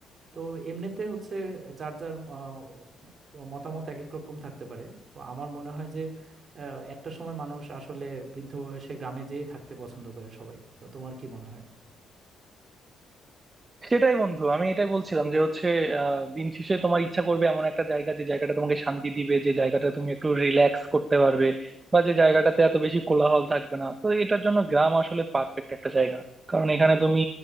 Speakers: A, on the right; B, on the right.
A: তো এমনিতে হচ্ছে যার যার আহ, মতামত এক এক রকম থাকতে পারে তো আমার মনে হয় যে আহ, একটা সময় মানুষ আসলে বৃদ্ধ বয়সে গ্রামে যেয়েই থাকতে পছন্দ করে সবাই তো তোমার কি মনে হয়
B: সেটাই বন্ধু আমি এটাই বলছিলাম যে হচ্ছে আহ, দিন শেষে তোমার ইচ্ছা করবে এমন একটা জায়গা যে জায়গাটা তোমাকে শান্তি দিবে যে জায়গাটা তুমি একটু রিল্যাক্স করতে পারবে বা যে জায়গাটাতে এত বেশি কোলাহল থাকবে না তো এটার জন্য গ্রাম আসলে পারফেক্ট একটা জায়গা কারণ এখানে তুমি